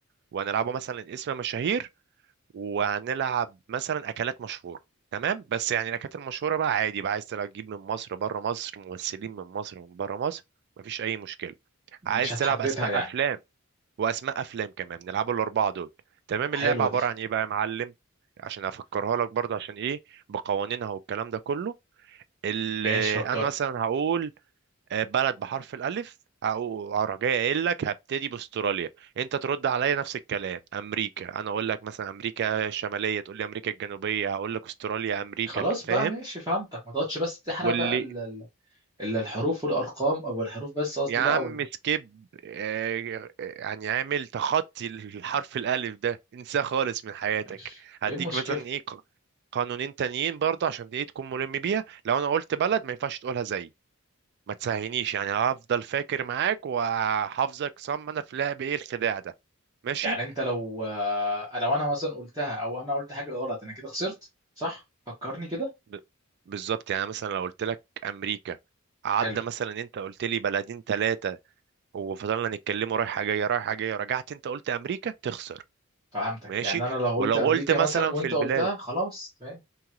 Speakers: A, on the right; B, on the right.
A: وهنلعبوا مثلا اسم مشاهير وهنلعب مثلا اكلات مشهوره تمام بس يعني الاكلات المشهوره بقى عادي بقى عايز تلعب تجيب من مصر بره مصر ممثلين من مصر ومن بره مصر مفيش اي مشكله
B: مش
A: عايز
B: هتحددها
A: تلعب اسماء
B: يعني
A: افلام واسماء افلام كمان نلعبوا الاربعه دول تمام اللعبه
B: حلوه
A: عباره
B: دي
A: عن ايه بقى يا معلم عشان افكرها لك برضه عشان ايه بقوانينها والكلام ده كله ال-
B: ماشي فكرني
A: انا مثلا هقول آه، بلد بحرف الألف أو أروح جاي قايل لك هبتدي بأستراليا أنت ترد عليا نفس الكلام أمريكا أنا أقول لك مثلا أمريكا الشمالية تقول لي أمريكا الجنوبية هقول لك أستراليا أمريكا
B: خلاص
A: ك- فاهم
B: بقى ماشي فهمتك ما تقعدش بس تحرق
A: واللي
B: بقى إلا الحروف والأرقام أو الحروف بس قصدي
A: يا عم
B: بقى وال...
A: سكيب آه، آه، يعني عامل تخطي الحرف الألف ده انساه خالص من حياتك
B: ماشي
A: هديك
B: إيه المشكلة؟
A: مثلا إيه ق- قانونين تانيين برضه عشان دي تكون ملم بيها لو أنا قلت بلد ما ينفعش تقولها زي ما تسهينيش يعني هفضل فاكر معاك وهحافظك صم انا في لعب ايه الخداع ده ماشي
B: يعني أنت لو آه، لو أنا مثلا قلتها أو أنا قلت حاجة غلط أنا كده خسرت صح؟ فكرني كده
A: ب... بالظبط يعني مثلا لو قلت لك امريكا عدى
B: حلو
A: مثلا انت قلت لي بلدين ثلاثه وفضلنا نتكلموا رايحه جايه رايحه جايه رجعت انت قلت امريكا تخسر
B: فهمتك
A: ماشي
B: يعني أنا لو قلت
A: ولو
B: أمريكا
A: قلت مثلا
B: مثلا وأنت
A: في البلاد
B: قلتها خلاص تمام